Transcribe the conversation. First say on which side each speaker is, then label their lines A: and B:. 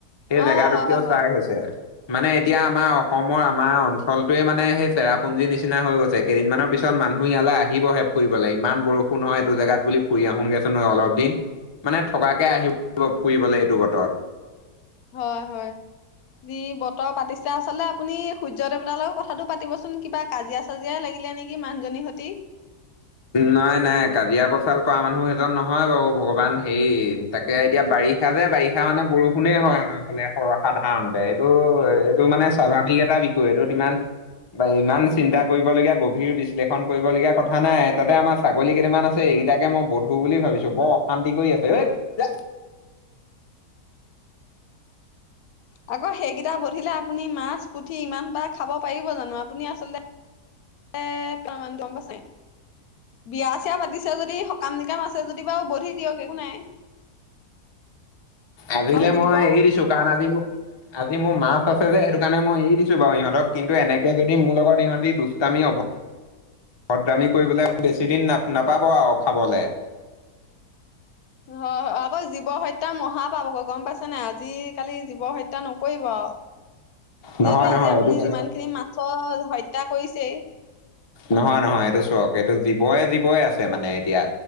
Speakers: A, on the left; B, on the left.
A: সেই জেগাটোতকেও
B: অ হয় হয়
A: চাই হৈছে। মানে, এতিয়া আমাৰ, <unintelligible> আৰু আমাৰ অঞ্চলটোৱে মানে, সেই চেৰাপুঞ্জিৰ নিচিনা হৈ গৈছে। কেইদিনমানৰ পিছত মানুহ ইয়ালৈ আহিবহে। ফুৰিবলে। ইমান বৰষুণ হয়! এইটো জেগাত বুলি, ফুৰি আহোঁগেছোনঅলপ দিন। মানে, থকাকে আহিব, <unintelligible> এইটো বতৰত।
B: হয়, হয়! যি বতৰ পাতি ছে। আচলতে আপুনি, সূৰ্য্য দেৱতাৰ লগত কথাটো পাতিবচোন? কিবা কাজিয়া-চাজিয়াই লাগিলে নেকি মানুজনীৰহঁতি।
A: নাই, নাই। কাজিয়া-পচাল কৰা মানুহ, এইজন নহয় বাৰু। ভগৱান সেই, তাক এয়া এতিয়া, বাৰিষা যে, বাৰিষা মানে, বৰষুণে হয়, আমাৰ ফালে, <unintelligible> সাধাৰণতে। এইটো, এইটো মানে স্বাভা ৱিক এটা বিষয়। এইটোত ইমান বা ইমান, চিন্তা কৰিবলগীয়া, গভীৰ বিশ্লেষণ কৰিবলগীয়া কথা নাই। তাতে আমাৰ ছাগলী কেইটামান আছে, এইকেইটাকে মই বধুৰ বুলি ভাবিছোঁ, বৰ অশান্তি কৰি আছে। ঐ যা।
B: আকৌ, সেইকেইটা বধিলে আপুনি, মাছ, পুঠি ইমান এটা খাব পাৰিব জানোঁ? আপুনি আচলতে, <unintelligible> গম পাইছে। বিয়া-চিয়া পাতিছে যদি, সকাম-নিকাম আছে যদি, বাৰু বধি দিয়ক, একো নাই।
A: আজিলে
B: আৰু জীৱ
A: মই এৰি দিছোঁ। কাৰণ আজি মোক আজি মোৰ মাছ আছে যে, সেইটো কাৰণে, মই এৰি দিছোঁ বাৰু ইহঁতক। কিন্তু, এনেকে যদি মোৰ লগত ইহঁতি, দুষ্টামি অভ <unintelligible> দামী কৰিবলে বেছি দিন না নাপাব আৰু খাবলে।
B: হয় হয় আকৌ জীৱ হ মহাপাপ আক' গম পাইছে নাই? আজিকালি জীৱ হত্যা নকৰিব আউ।
A: নহয়
B: যিহেতু
A: নহয়
B: আজি আপুনি
A: এইটো তেনে
B: যিমানখিনি মাছৰ হত্যা কৰিছেই
A: নহয় নহয় এইটো চক এইটো জীৱই জীৱই আছে মানে এতিয়া।